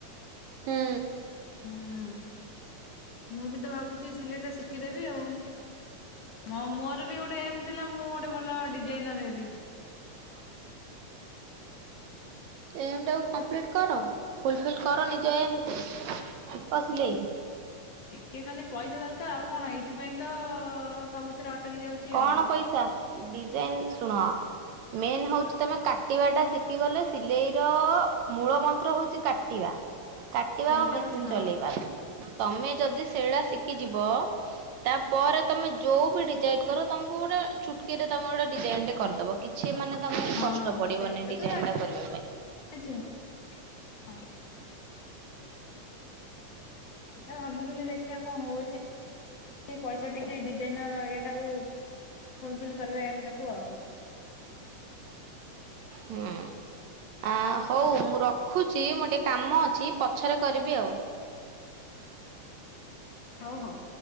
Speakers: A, on the right (about 70°); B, on the left (about 60°).
A: ହୁଁ
B: ହୁଁ। ମୁଁ ବି ତ ଭାବୁଛି ସିଲେଇଟା ଶିଖିଦେବି ଆଉ। ମୋର ବି ଗୋଟେ ଏମ୍ ଥିଲା ମୁଁ ଗୋଟେ ଭଲ ଡିଜାଇନର ହେବି।
A: <inaudible> ଏମ୍ ଟାକୁ କମ୍ପ୍ଲିଟ କର ଫୁଲଫିଲ୍ କର ନିଜ ଏମକୁ ଶିଖ ସିଲେଇ।
B: ଟିକେ ଖାଲି ପଇସା ଦରକାର ଆଉ କଣ ଏଇଥିପାଇଁ ତ ସବୁ ଥିରେ ଅଟକି ଯାଉଛି।
A: କଣ
B: ଆଉ।
A: ପଇସା ଡିଜାଇନ ଶୁଣ ମେନ୍ ହଉଛି ତମେ କାଟିବା ଟା ଶିଖି ଶିଖି ଗଲେ ସିଲେଇ ର ମୂଳ ମନ୍ତ୍ର ହଉଛି କାଟିବା କାଟିବା
B: ସେଇଟା
A: ଆଉ ମେସିନ
B: ଗୋଟେ ହଁ
A: ଚଲେଇବା। ତମେ ଯଦି ସେଇଡା ଶିଖିଯିବ ତାପରେ ତମେ ଯୋଉ ବି ଡିଜାଇନ କର ତମକୁ ଗୋଟେ ଚୁଟକିରେ ତମେ ଗୋଟେ ଡିଜାଇନ ଟେ କରିଦବ କିଛି ମାନେ ତମେ
B: ହଁ
A: କଷ୍ଟ ପଡିବନି
B: ସେଇଟା
A: ଡିଜାଇନ
B: ତ
A: ଟା କରିବା ପାଇଁ।
B: <unintelligible> ସେଇଟା ଭାବୁଥିଲି ଦେଖିବା କଣ ହଉଛି। ସେ ପଇସା ଟିକେ ଡିଜାଇନର ଏଇଟାକୁ ଫୁଲଫିଲ୍ କରିବା ଏମ ଟାକୁ ଆଉ।
A: ହୁଁ ଆ ହଉ ମୁଁ ରଖୁ ଛି ମୁଁ ଟିକେ କାମ ଅଛି ପଛରେ କରିବି ଆଉ।
B: ହଉ ହଉ।